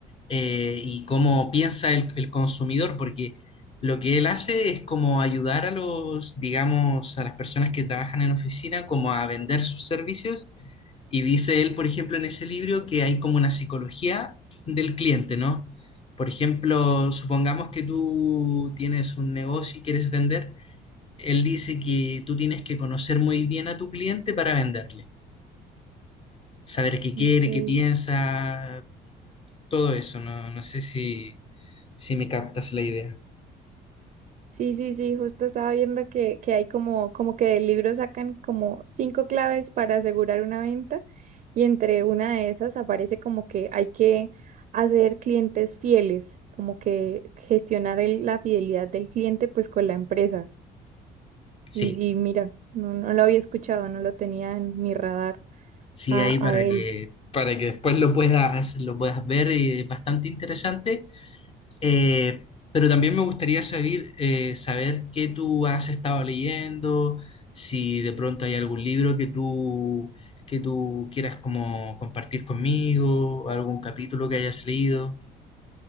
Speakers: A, on the left (about 35°); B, on the right (about 50°).
A: eh, y cómo piensa el, el consumidor, porque lo que él hace es como ayudar a los, digamos, a las personas que trabajan en oficina, como a vender sus servicios. Y dice él, por ejemplo, en ese libro que hay como una psicología del cliente, ¿no? Por ejemplo, supongamos que tú tienes un negocio y quieres vender. Él dice que tú tienes que conocer muy bien a tu cliente para venderle, saber qué quiere,
B: Ok.
A: qué piensa, todo eso, no, no sé si, si me captas la idea.
B: Sí, sí, sí, justo estaba viendo que, que hay como, como que del libro sacan como cinco claves para asegurar una venta y entre una de esas aparece como que hay que hacer clientes fieles, como que gestionar el- la fidelidad del cliente pues con la empresa.
A: Sí,
B: Y, y mira, no, no lo había escuchado, no lo tenía en mi radar
A: sí,
B: a,
A: ahí para
B: a él.
A: que, para que después lo puedas, lo puedas ver y es bastante interesante. Eh, pero también me gustaría saber, eh, saber qué tú has estado leyendo, si de pronto hay algún libro que tú, que tú quieras como compartir conmigo, algún capítulo que hayas leído.